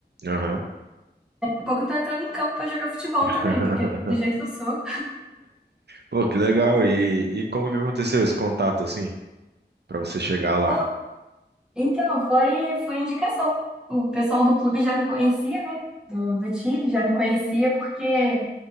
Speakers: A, on the right; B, in the centre.
A: aham.
B: pouco eu tô entrando em campo pra jogar futebol
A: <laughs>
B: também, porque do jeito que eu sou.
A: Pô, que legal. E, e como que aconteceu esse contato, assim, pra você chegar lá?
B: Bom, Então, foi, foi indicação. O pessoal do clube já me conhecia, né? Do, do time já me conhecia, porque